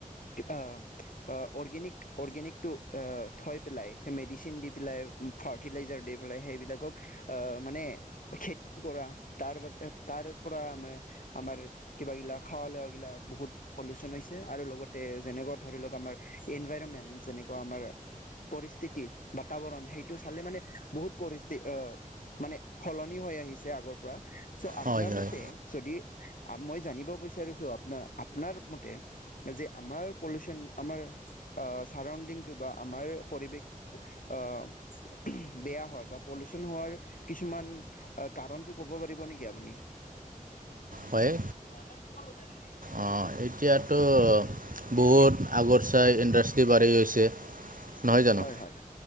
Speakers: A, on the left (about 65°); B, on the right (about 70°).
A: কিবা- অৰ্গেনিক অৰ্গেনিকটো আ থৈ পেলাই সেই মেডিচিন দি পেলাই- ফাৰ্টিলাইজাৰ দি পেলাই সেইবিলাকক- আহ মানে খেতি কৰা তাৰ তাৰ পৰা আমাৰ আমাৰ কিবা গিলা খাৱ লাৱা বিলাক বহুত। পলিউচন হৈছে আৰু লগতে যেনেকুৱা ধৰি লওঁক আমাৰ এনভাইৰমেণ্ট যেনেকুৱা আমাৰ- পৰিস্থিতি বাতাবৰণ সাইটো চালে মানে বহুত পৰিস্থিতি আহ- মানে সলনি হৈ আহিছে আগৰ পৰা চ' আপোনাৰ
B: হয় হয়
A: মতে যদি মই- জানিব বিচাৰিছোঁ আপাৰ আপোনাৰ মতে যে আমাৰ পলিচন আমাৰ- আ ছাৰাউণ্ডিংটো বা আমাৰ পৰিৱেশ- আহ বেয়া হোৱাৰ বা পলিউচন হোৱাৰ কিছুমান- অঁ কাৰণতটো ক'ব পাৰিব নেকি আপুনি?
B: হয়ঁ!
A: মানুহে লোকক পচাই দিলে।
B: অঁ এতিয়াতো- বহুত আগৰ চাই ইণ্ডাষ্ট্ৰি বাঢ়ি গৈছে। নহয় জানো
A: হঁয় হয়ঁ